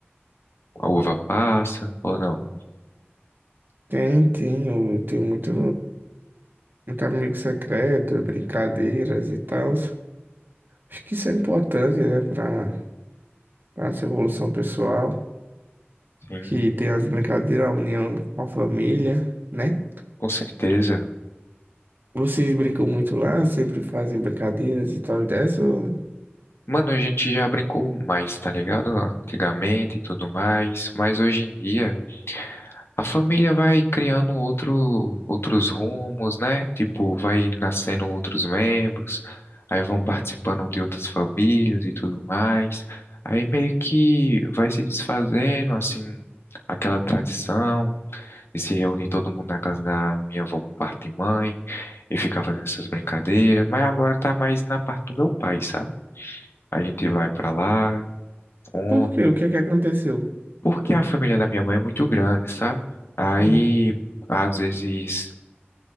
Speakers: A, on the left; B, on the right.
A: a uva passa, ou não?
B: tem, tem, eu tenho muito, muito amigo secreto, brincadeiras e tal. Acho que isso é importante, né, para para nossa evolução pessoal.
A: Sim,
B: que tem as brincadeiras, a união com a família, né?
A: com certeza.
B: Vocês brincam muito lá, sempre fazem brincadeiras e tal e dessa? ou-
A: Mano, a gente já brincou mais, tá ligado? Antigamente e tudo mais, mas hoje em dia. A família vai criando outro, outros rumos, né? Tipo, vai nascendo outros membros, aí vão participando de outras famílias e tudo mais. Aí meio que vai se desfazendo, assim, aquela tradição de se reunir todo mundo na casa da minha avó por parte de mãe e ficar fazendo essas brincadeiras. Mas agora tá mais na parte do meu pai, sabe? A gente vai pra lá, come.
B: Por quê? O que é que aconteceu?
A: Porque a família da minha mãe é muito grande, sabe? Aí,
B: Hum.
A: às vezes,